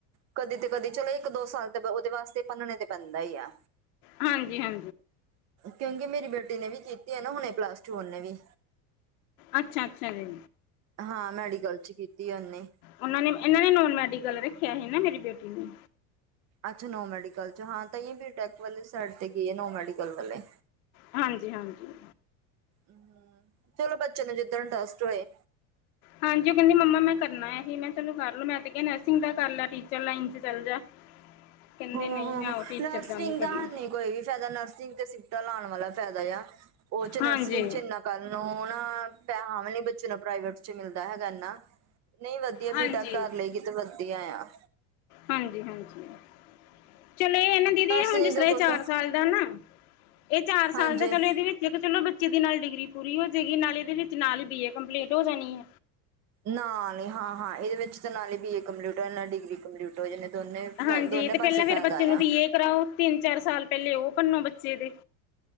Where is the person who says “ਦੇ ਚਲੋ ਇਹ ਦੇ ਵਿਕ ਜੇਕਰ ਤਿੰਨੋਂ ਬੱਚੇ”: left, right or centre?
Left